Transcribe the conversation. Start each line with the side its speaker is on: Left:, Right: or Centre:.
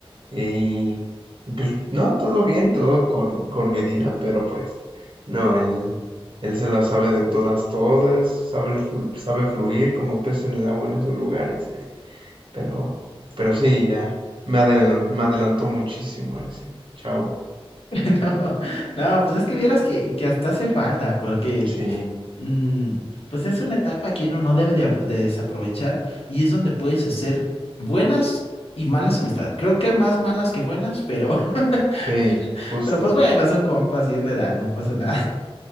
Right: y pues no, todo bien, todo con, con medida, pero pues no, él, él se la sabe de todas, todas, sabe, flu- sabe fluir como pez en el agua en esos lugares, ¿eh? Pero, pero sí, ya. Me adelan- me adelantó muchísimo ese. Chao.
Left: Ah, No, no, pues es que vieras que, que hasta hace falta, porque
Right: Sí,
Left: mm, pues es una etapa que uno no debe de, ap- de desaprovechar y es donde puedes hacer buenas y malas amistades. Creo que más malas que buenas, pero, <laughs>
Right: sí, justo,
Left: pero pues bueno, son compas y es la edad, no pasa nada.